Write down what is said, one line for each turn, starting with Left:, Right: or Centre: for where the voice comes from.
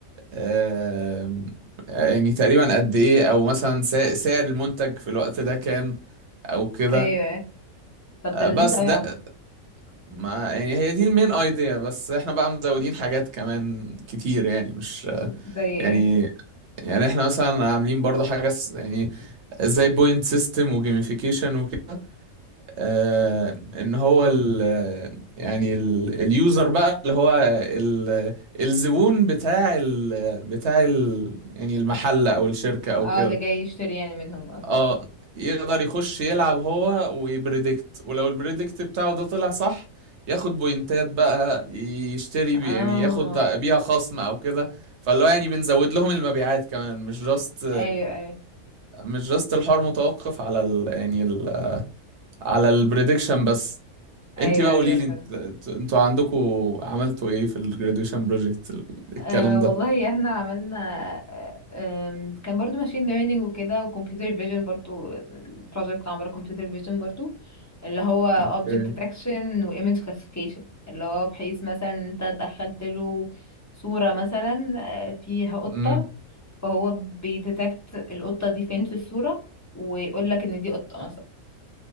Right: آم، يعني تقريبا قد ايه او مثلا سا- سعر المنتج في الوقت ده كام او كده
Left: ايوه طب
Right: آه،
Left: ده لذيذ
Right: بس
Left: قوي
Right: ده
Left: عامة
Right: ما يعني هي دي المين ايديا بس احنا بقى مزودين حاجات كمان كتير يعني مش
Left: زي
Right: يعني
Left: ايه
Right: يعني احنا مثلا عاملين برضو حاجة س- يعني زي بوينت سيستم وجيميفيكيشن وكده آه ان هو ال يعني ال- اليوزر بقى اللي هو ال- الزبون بتاع ال بتاع ال يعني المحل او الشركة او
Left: اه
Right: كده
Left: اللي جاي يشتري يعني منهم او كده
Right: اه يقدر يخش يلعب هو ويبريدكت ولو البريدكت بتاعه ده طلع صح ياخد بوينتات بقى يشتري بي
Left: اه
Right: يعني ياخد بيها خصم او كده فاللي هو يعني بنزود لهم المبيعات كمان مش جاست
Left: ايوه ايوه
Right: مش جاست الحوار متوقف على ال يعني ال على البريدكشن بس
Left: ايوه
Right: انت بقى قولي
Left: ايوه
Right: لي
Left: فهمت
Right: انت انتوا عندكم عملتوا ايه في الجراديويشن بروجكت
Left: آه
Right: الكلام ده
Left: والله احنا عملنا آه آم، كان برضو ماشين ليرنينج وكده وكمبيوتر فيجن برضو البروجكت عبارة كمبيوتر فيجن برضو اللي هو
Right: اوكي
Left: object detection و image classification اللي هو بحيث مثلا انت دخلت له صورة مثلا آه، فيها قطة
Right: امم
Left: فهو بيديتكت القطة دي فين في الصورة ويقول لك ان دي قطة مثلا